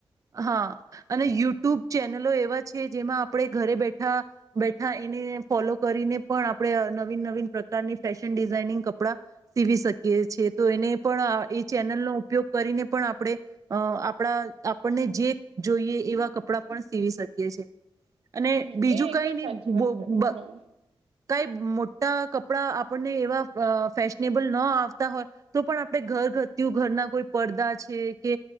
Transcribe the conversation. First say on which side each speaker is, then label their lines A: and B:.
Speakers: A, on the right (about 35°); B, on the right (about 85°).
A: હા અને યુ યુટ્યુબ ચેનલો એવા છે, જેમાં આપણે ઘરે બેઠા બેઠા એને ફોલો કરીને પણ આપણે નવીન નવીન પ્રકારની ફેશન ડિઝાઇનિંગ કપડા સીવી શકી કે એ છે તો એને પણ એ નલ નો ઉપયોગ કરીને પણ આપણે અ આપણા આપણને જે જોઈએ એવા કપ કપડા પણ સીવી શકીએ છીએ.
B: હમ
A: અને બીજું
B: એ એકદમ
A: કઈ નઈ
B: સાચી વાત
A: બો બ
B: કરી હા
A: કાંઈ મોટા કપડાં આપણને એવા ફેશનેબલ ન આવતા હોય, તો પણ આપણે ઘર ઘતું ઘરના કોઈ પડદા છે કે